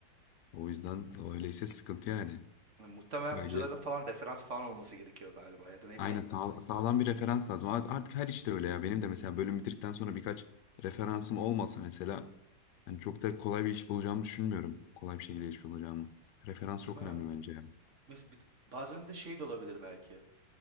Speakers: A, on the left; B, on the right.
A: O yüzden öyleyse sıkıntı yani.
B: Yani muhtemelen
A: Belki
B: hocaların
A: de-
B: falan referans falan olması gerekiyor galiba ya da ne
A: aynen
B: bileyim.
A: sağ- sağlam bir referans lazım. Art- Artık her işte öyle ya. Benim de mesela bölüm bitirdikten sonra birkaç referansım olmasa mesela hani çok da kolay bir iş bulacağımı düşünmüyorum. Kolay bir şekilde iş bulacağımı. Referans
B: Değil
A: çok
B: mi?
A: önemli bence yani.
B: Mes- bir- bazen de şey de olabilir belki.